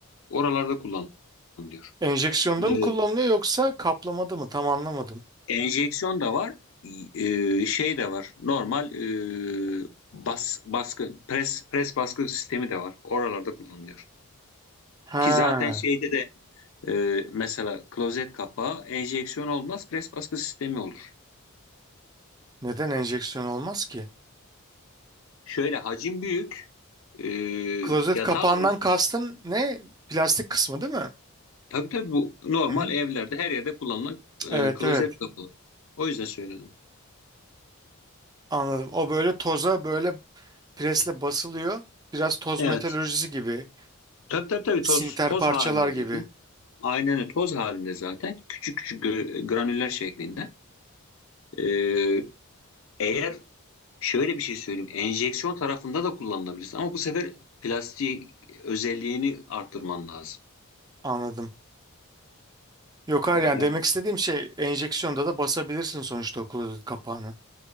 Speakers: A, on the left; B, on the right.
A: Oralarda kullanılıyor.
B: enjeksiyonda
A: E,
B: mı kullanılıyor yoksa kaplamada mı? Tam anlamadım.
A: Enjeksiyon da var, e, şey de var. Normal e, bas baskı pres pres baskı sistemi de var. Oralarda kullanılıyor.
B: Ha,
A: Ki zaten şeyde de e, mesela klozet kapağı enjeksiyon olmaz, pres baskı sistemi olur.
B: neden enjeksiyon olmaz ki?
A: Şöyle hacim büyük. e,
B: Klozet
A: ya
B: kapağından
A: daha doğrusu
B: kastın ne? Plastik kısmı değil mi?
A: tabii tabii bu normal
B: Hı hı.
A: evlerde her yerde kullanılan
B: Evet
A: e, klozet
B: evet
A: kapağı. O yüzden söyledim.
B: anladım. O böyle toza böyle presle basılıyor. Biraz toz
A: Evet.
B: metalurjisi gibi.
A: Tabii tabii tabii
B: Sinter
A: toz toz
B: parçalar
A: halinde
B: gibi.
A: zaten. Aynen öyle. toz halinde zaten küçük küçük gö- granüller şeklinde. Ee, eğer şöyle bir şey söyleyeyim, enjeksiyon tarafında da kullanılabilirsin ama bu sefer plastik özelliğini arttırman lazım.
B: Anladım. Yok hayır yani
A: Yani,
B: demek istediğim şey enjeksiyonda da basabilirsin sonuçta o klozet kapağını.